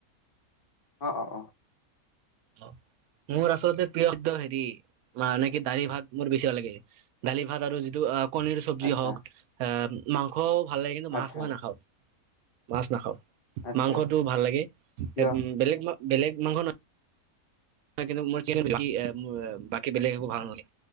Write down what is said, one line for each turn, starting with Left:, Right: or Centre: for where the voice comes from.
Left: অ অ অ।
Right: অ। মোৰ আচলতে প্ৰিয় হেৰি মানে কি দালি ভাত মোৰ বেছি ভাল লাগে দালি ভাত আৰু যিটো কণীৰ চব্জি
Left: আচ্ছা,
Right: হওক আহ মাংস ভাল লাগে কিন্তু
Left: আচ্ছা,
Right: মাছ মই নাখাও। মাছ নাখাও
Left: আচ্ছা,
Right: মাংসটো ভাল লাগে
Left: কিয়?
Right: বেলেগ বেলেগ মাংস ন কিন্তু মোৰোৰ বাকী বেলেগ একো ভাল লাগে